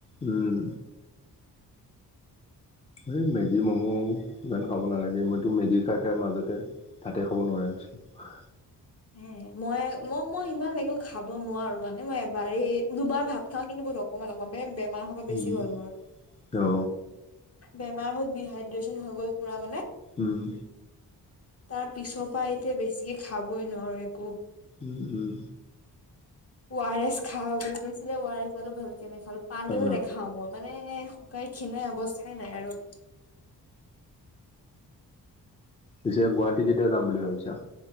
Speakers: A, on the left (about 15°); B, on the left (about 40°).
A: উম এই মেগী ম'ম' ইমান খাব নালাগে মইতো মেগি খাই খাই মাজতে ভাতে খাব নোৱাৰা হৈ গৈছিলো
B: হ মই মই মই ইমান একো খাব নোৱাৰো মানে মই এবাৰেই দুবাৰ ভাত খাও কিন্তু ব লগ অকমান অকমান বে বেমাৰ হব বেছি
A: উম
B: হ'ল মোৰ
A: অ
B: বেমাৰ হ'ল ডিহাইড্ৰেচন হৈ গ'ল পুৰা মানে
A: উম
B: তাৰ পিছৰ পৰা এতিয়া বেছি খাবই নোৱাৰো একো
A: উম উম
B: আৰ এছ খা বুলি দিছিলে আৰ এছ খালো ভাল <unintelligible> তেনে খাল পানীও
A: অ
B: নাখাও মই মানে শুকাই খীণাই অৱস্তা টাই নাই আৰু
A: পিছে গুৱাহাটী কেতিয়া যাম বুলি ভাবিছা